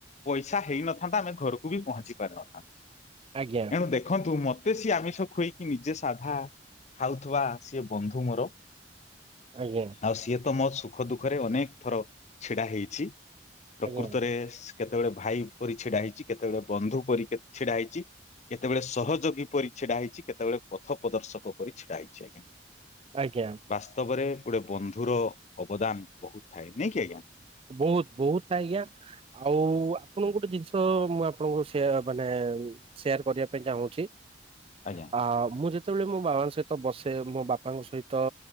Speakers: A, on the left; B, on the right.
A: ପଇସା ହେଇନଥାନ୍ତା ଆମେ ଘରକୁ ବି ପହଞ୍ଚି ପାରିନଥାନ୍ତୁ।
B: ଆଜ୍ଞା
A: ଏଣୁ ଦେଖନ୍ତୁ ମତେ ସିଏ ଆମିଷ ଖୁଏଇକି ନିଜେ ସାଧା ଖାଉଥିବା ସିଏ ବନ୍ଧୁ ମୋର।
B: ଆଜ୍ଞା।
A: ଆଉ ସିଏ ତ ମୋ ସୁଖ ଦୁଃଖରେ ଅନେକ ଥର ଛିଡା ହେଇଛି ପ୍ରକୃତରେ
B: ଆଜ୍ଞା
A: ସେ କେତେବେଳେ ଭାଇ ପରି ଛିଡା ହେଇଛି କେତେବେଳେ ବନ୍ଧୁ ପରି ଛିଡା ହେଇଛି। କେତେବେଳେ ସହଯୋଗୀ ପରି ଛିଡା ହେଇଛି କେତେବେଳେ ପଥ ପ୍ରଦର୍ଶକ ପରି ଛିଡା ହେଇଛି ଆଜ୍ଞା।
B: ଆଜ୍ଞା।
A: ବାସ୍ତବରେ ଗୋଟେ ବନ୍ଧୁର ଅବଦାନ ବହୁତ ଥାଏ ନୁହେଁକି ଆଜ୍ଞା।
B: ବହୁତ ବହୁତ ଆଜ୍ଞା ଆଉ ଆପଣଙ୍କ ଗୋଟେ ଜିନିଷ ମୁଁ ଆପଣଙ୍କ ସେଇଆ ମାନେ ସେୟାର କରିବା ପାଇଁ ଚାହୁଁଛି।
A: ଆଜ୍ଞା।
B: ଆ ମୁଁ ଯେତେବେଳେ ମୋ ବାବାଙ୍କ ସହିତ ବସେ ମୋ ବାପାଙ୍କ ସହିତ